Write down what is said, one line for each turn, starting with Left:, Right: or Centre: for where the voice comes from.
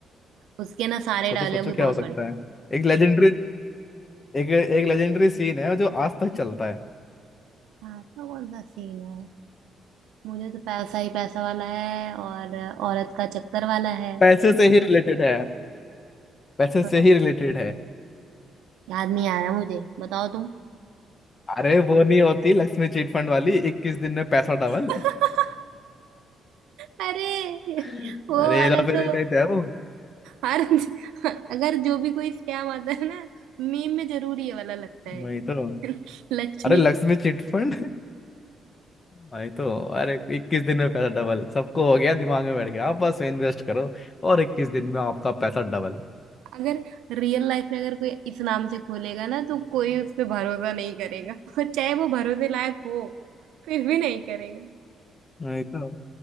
Right: उसके ना सारे
Left: सोचो
Right: डायलॉग
Left: सोचो
Right: भी
Left: क्या
Right: बहुत
Left: हो सकता
Right: बढ़िया
Left: है एक लेजेंडरी एक एक लेजेंडरी सीन है जो आज तक चलता है
Right: हैं। ऐसा कौन सा सीन है मुझे तो पैसा ही पैसा वाला है और औरत का चक्कर वाला है
Left: पैसे से ही रिलेटेड है पैसे
Right: पर
Left: से ही रिलेटेड है
Right: याद नहीं आ रहा मुझे बताओ तुम
Left: अरे वो नहीं होती लक्ष्मी चिट फंड वाली इक्कीस दिन में पैसा डबल
Right: <laughs> अरे
Left: <laughs>
Right: वो
Left: अरे
Right: वाला
Left: हेरा फेरी
Right: तो
Left: में क्या हूँ
Right: हर <laughs> अगर जो भी कोई स्कैम आता है ना मीम में जरूर ये वाला लगता है
Left: वही तो
Right: <laughs> लक्ष्मी
Left: अरे लक्ष्मी चिट फंड वही तो अरे इक्कीस दिन में पैसा डबल सबको हो गया दिमाग में बैठ गया आप बस इन्वेस्ट करो और इक्कीस दिन में आपका पैसा डबल
Right: अगर रियल लाइफ में अगर कोई इस नाम से खोलेगा ना तो कोई उस पे भरोसा नहीं करेगा <laughs> और चाहे वो भरोसे लायक हो फिर भी नहीं करेगा
Left: नहीं तो